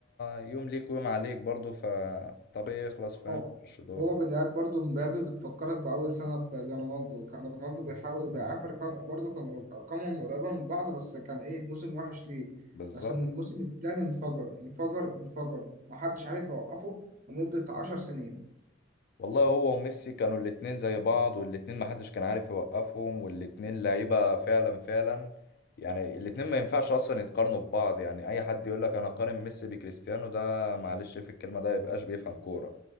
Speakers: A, on the left; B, on the right.
A: يوم ليك ويوم عليك برضو فطبيعي يخلص فاهم
B: هو
A: برشلونة
B: هو بدايات برضو مبابي بتفكرك بأول سنة ب- لرونالدو كان رونالدو بيحاول وبيعافر كان برضو كان أرقامهم قريبة من بعض بس كان إيه موسم وحش ليه
A: بالظبط
B: بس من الموسم التاني انفجر انفجر انفجر محدش عارف يوقفه لمدة عشر سنين
A: والله هو وميسي كانوا الاتنين زي بعض والاتنين محدش كان عارف يوقفهم والاتنين لعيبة فعلا فعلا يعني الاتنين ما ينفعش اصلا يتقارنوا ببعض يعني اي حد يقول لك انا قارن ميسي بكريستيانو ده معلش في الكلمة ده يبقاش بيفهم كورة